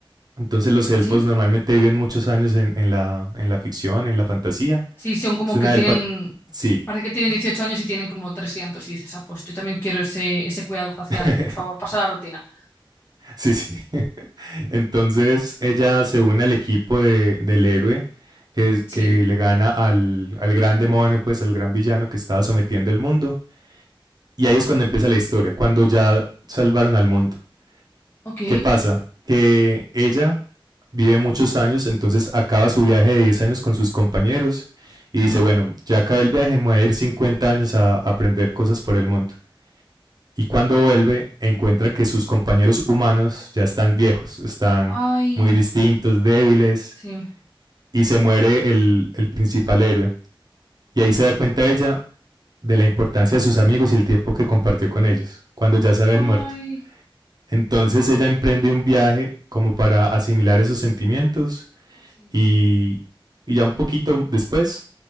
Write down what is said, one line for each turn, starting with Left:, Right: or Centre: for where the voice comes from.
Right: Entonces los elfos
Left: ¿Sí?
Right: normalmente viven muchos años en, en la, en la ficción, en la fantasía.
Left: Sí, son como
Right: Es una
Left: que tienen,
Right: elfa, sí,
Left: parece que tienen 18 años y tienen como 300 y dices, ah, pues yo también quiero ese, ese cuidado facial,
Right: <laughs>
Left: por favor, pasa la rutina.
Right: sí, sí. <laughs> Entonces ella se une al equipo de- del héroe que, es- que
Left: Sí,
Right: le gana al, al gran demonio, pues al gran villano que estaba sometiendo el mundo. Y ahí es cuando empieza la historia, cuando ya salvaron al mundo.
Left: ok.
Right: ¿Qué pasa? Que ella vive muchos años, entonces acaba su viaje de 10 años con sus compañeros y
Left: Ajá.
Right: dice, bueno, ya acabé el viaje, me voy a ir 50 años a aprender cosas por el mundo. Y cuando vuelve, encuentra que sus compañeros humanos ya están viejos, están
Left: Ay,
Right: muy distintos, débiles,
Left: sí.
Right: y se muere el, el principal héroe. Y ahí se da cuenta ella de la importancia de sus amigos y el tiempo que compartió con ellos, cuando ya se habían
Left: Ay,
Right: muerto. Entonces ella emprende un viaje como para asimilar esos sentimientos
Left: sí.
Right: Y, y ya un poquito después,